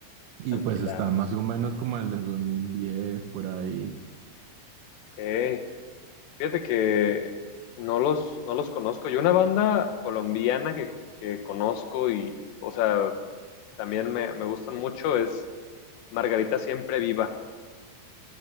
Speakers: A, on the right (about 85°); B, on the left (about 75°).
A: Y
B: alquilados.
A: pues está más o menos como el de 2010 por ahí.
B: Ok. Fíjate que no los, no los conozco. Yo una banda colombiana que, que conozco y, o sea, también me, me gustan mucho es Margarita Siempre Viva.